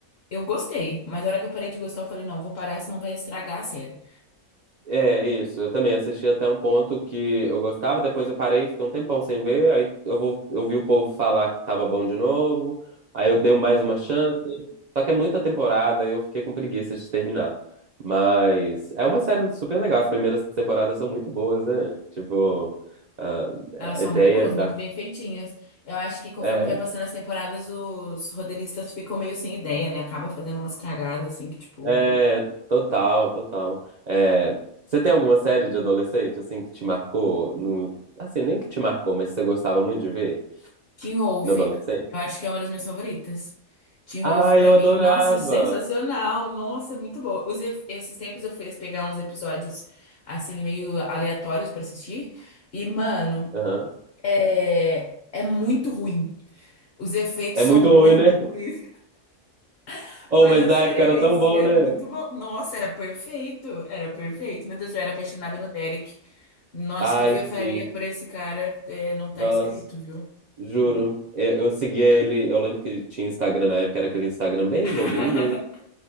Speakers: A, on the left (about 55°); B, on the right (about 75°).
A: Eu gostei. Mas na hora que eu parei de gostar, eu falei, não, vou parar, senão vai estragar a série.
B: É, isso. Eu também assisti até um ponto que eu gostava, depois eu parei, fiquei um tempão sem ver, aí eu vou, eu vi o povo falar que tava bom de novo, aí eu dei mais uma chance, só que é muita temporada e eu fiquei com preguiça de terminar. Mas é uma série super legal, as primeiras temporadas são muito boas, né? Tipo, ah,
A: Elas são
B: a ideia
A: muito boas,
B: da...
A: muito bem feitinhas. Eu acho que conforme
B: É,
A: vai passando as temporadas, os roteiristas ficam meio sem ideia, né? Acaba fazendo umas cagadas, assim, que, tipo.
B: é, total, total. É, você tem alguma série de adolescente, assim, que te marcou? No... Assim, nem que te marcou, mas você gostava muito de ver
A: Teen Wolf.
B: na adolescência?
A: Eu acho que é uma das minhas favoritas. Teen
B: Ah,
A: Wolf pra
B: eu
A: mim,
B: adorava.
A: nossa, sensacional. Nossa, muito boa. Os ef- esses tempos eu fui pegar uns episódios assim meio aleatórios pra assistir e, mano,
B: Aham.
A: é é muito ruim. Os efeitos
B: É
A: são
B: muito
A: muito
B: ruim, né?
A: ruins, <laughs> mas
B: Oh, mas
A: a
B: na
A: série
B: época era
A: em
B: tão
A: si
B: bom,
A: é
B: né?
A: muito boa. Nossa, era perfeito, era perfeito. Meu Deus, eu era apaixonada no Derek. Nossa,
B: Ai,
A: o que que eu
B: sim.
A: faria por esse cara? É, não tá
B: Nossa,
A: escrito, viu?
B: juro. Eu, eu seguia ele. Eu lembro que tinha Instagram na época, era aquele Instagram bem
A: <laughs>
B: bobinho, né?